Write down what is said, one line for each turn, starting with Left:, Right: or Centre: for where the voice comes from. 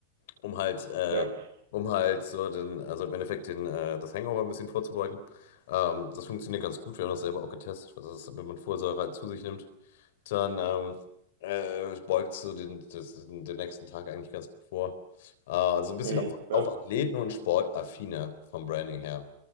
Left: um halt, äh,
Right: Ja,
Left: um halt so den, also im Endeffekt den, äh, das Hangover ein bisschen vorzubeugen. Ähm, das funktioniert ganz gut. Wir haben das selber auch getestet, was ist, wenn man Folsäure halt zu sich nimmt. Dann ähm, äh, beugt so den, das, den den nächsten Tag eigentlich ganz gut vor. Äh, also ein bisschen
Right: mhm.
Left: auf,
Right: Ja,
Left: auf Athleten und Sportaffine vom Branding her